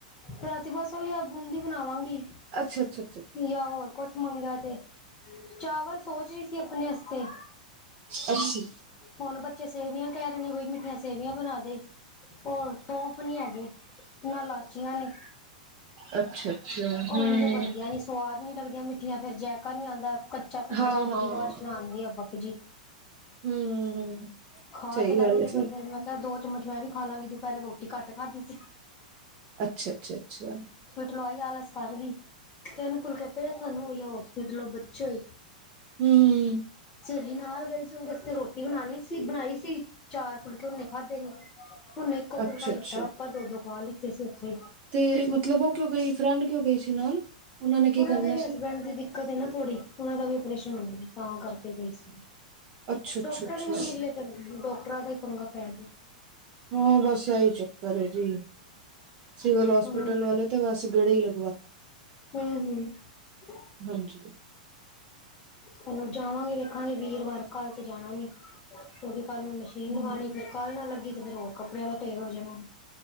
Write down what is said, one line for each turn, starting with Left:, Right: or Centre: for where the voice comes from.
Left: ਰਾਤੀ ਬਸ ਉਹੀਓ ਬੂੰਦੀ ਬਣਾਵਾਂਗੀ।
Right: ਅੱਛਾ-ਅੱਛਾ।
Left: ਕੀਆ ਹੋਰ ਕੁਛ ਮੰਗਿਆ ਤੇ, ਚਾਵਲ ਸੋਚ ਰਹੀ ਸੀ, ਅਪਣੇ ਵਸਤੇ।
Right: ਅੱਛਾ।
Left: ਹੋਨ ਬੱਚੇ ਸੇਵੀਆਂ ਕਹਿ ਰਹੇ ਨੇ ਬਈ, ਮਿੱਠੀਆਂ ਸੇਵੀਆਂ ਬਣਾਦੇ। ਹੋਰ ਸੌਂਫ ਨਹੀਂ ਹੈਗੇ, ਨਾ ਲਾਚੀਆਂ ਨੇ।
Right: ਅੱਛਾ ਅੱਛਾ
Left: ਉਝ
Right: ਹਮ
Left: ਬਣਦੀਆਂ ਨੀ, ਸਵਾਦ ਨੀ ਲੱਗਦੀਆਂ ਮੀ ਯਾ ਫਿਰ ਜੈਕਾ ਨੀ ਆਂਦਾ। ਕੱਚਾ-ਕੱਚਾ
Right: ਹਾਂ
Left: ਦੁੱਧ
Right: ਹਾਂ
Left: ਦੀ ਬਾਸ਼ਨਾ
Right: ਹਮ
Left: ਆਂਦੀ ਆ ਬਕ ਜੀ।
Right: ਹਮ ਹਮ
Left: ਖਾ
Right: ਸਹੀ
Left: ਤਾਂ ਲੈਂਨੇ
Right: ਗੱਲ
Left: ਨੇ,
Right: ਹੈ
Left: ਪਰ ਫਿਰ ਮੈਂ ਤੇ, ਦੋ-ਚਮਚ 'ਮੈਂ ਵੀ ਖਾਲਾਂਗੀ ਦੁਪਹਿਰੇ ਰ੍ਹੋਟੀ ਘੱਟ ਖਾਧੀ ਸੀ।
Right: ਅੱਛਾ-ਅੱਛਾ-ਅੱਛਾ।
Left: ਟ੍ਰੌਈਲ ਆਲਸ ਕਰ ਗਈ, ਤਿੰਨ ਫੁਲਕੇ ਭੇਜ ਸਾਨੂੰ, ਓਹੀਓ ਹੋਸਪਿਟਲੋ ਬੱਚੇ ਹੋਏ।
Right: ਹੂੰ-ਹੂੰ।
Left: ਸਹੇਲੀ ਨਾਲ ਗਈ ਸੀ, ਉਹਦੇ ਅਸਤੇ ਰੋਟੀ ਬਣਾਣੀ ਸੀ, ਬਣਾਈ ਸੀ। ਚਾਰ ਫੁਲਕੇ ਉਹਨੇ ਖਾਧੇ ਨੀ, ਉਹਨੇ ਇੱਕੋ
Right: ਅੱਛਾ
Left: ਫੁਲਕਾ ਲਿੱਤਾ।
Right: ਅੱਛਾ
Left: ਆਪਾਂ ਦੋ-ਦੋ ਖਾ ਲਿੱਤੇ ਸੀ, ਉੱਥੇ ਹੀ।
Right: ਤੇ ਮਤਲਬ, ਉਹ ਕਿਉਂ ਗਈ ਫਰੈਂਡ ਕਿਉਂ ਗਈ ਸੀ ਨਾਲ? ਉਹਨਾਂ ਨੇ ਕੀ ਕਰਨਾ
Left: ਦੇ ਵੀ ਹਸਬੈਂਡ
Right: ਸੀ?
Left: ਦੀ ਦਿੱਕਤ ਹੈਨਾ ਥੋੜ੍ਹੀ, ਉਹਨਾਂ ਦਾ ਵੀ ਓਪਰੇਸ਼ਨ ਹੋਣਾ ਤਾਂ ਕਰਕੇ ਗਈ ਸੀ।
Right: ਅੱਛਾ ਅੱਛਾ
Left: ਡੋਕਟਰ
Right: ਅੱਛਾ
Left: ਹੀ ਨਹੀ ਮਿਲੇ ਫਿਰ, ਡੌਕਟਰਾਂ ਦਾ ਹੀ ਪੰਗਾ ਪੈਗਿਆ।
Right: ਹਾਂ ਬਸ, ਐਹੀ ਚੱਕਰ ਏਜੀ, ਸਿਵਲ ਹੋਸਪਿਟਲ
Left: ਹੂੰ,
Right: ਵਾਲੇ ਤੇ ਬਸ ਗੇੜੇ ਹੀ ਲ
Left: ਹੂੰ, ਹੂੰ।
Right: ਹਾਂਜੀ
Left: ਹੂਨ ਜਾਵਾਂਗੇ, ਵੇਖਾਂਗੇ ਵੀਰਵਾਰ ਕਲ ਤੇ ਜਾਣਾ ਨਹੀ। ਕਿਉਂਕਿ ਕੱਲ ਮੈਂ ਮਸ਼ੀਨ
Right: ਹਾਂਜੀ
Left: ਲਗਾਣੀ ਫੇਰ ਕੱਲ੍ਹ ਨਾ ਲੱਗੀ, ਤੇ ਫੇਰ ਹੋਰ ਕੱਪੜਿਆਂ ਦਾ ਫੇਰ ਹੋ ਜਾਣਾ।